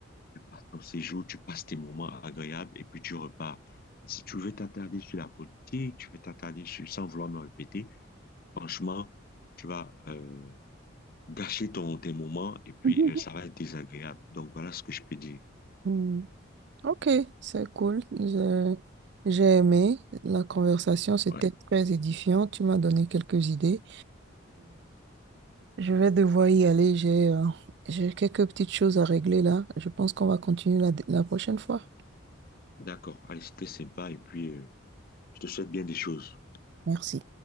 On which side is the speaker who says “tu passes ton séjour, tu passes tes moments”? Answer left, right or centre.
Left